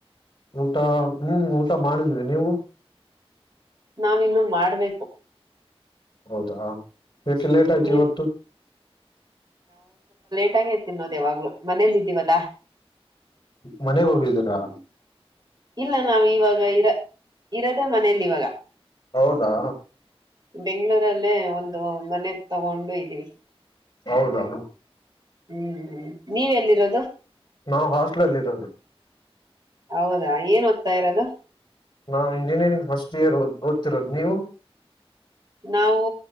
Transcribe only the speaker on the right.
ನಾವಿನ್ನು ಮಾಡ್ಬೇಕು
ನೀವ್
ಒಟ್ಟಾಗ ತಿನ್ನದೇವಾಗ್ಲು ಮನೇಲ್ಲ ಇದ್ದೀವಲ್ಲಾ
ಇಲ್ಲ ನಾವು ಇವಾಗ ಇರ ಇರದೆೇ ಮನೇಲಿ ಇವಾಗ
ಬೆಂಗಳೂರಲ್ಲೇ ಒಂದು ಮನೆ ತಗೊಂಡು ಇದ್ದೀವಿ
ಹ್ಮ್ ಹ್ಮ್ ನೀವ ಎಲ್ಲಿರೋದು
ಹೌದಾ ಏನ್ ಓದ್ತಾ ಇರೋದು
ನಾವು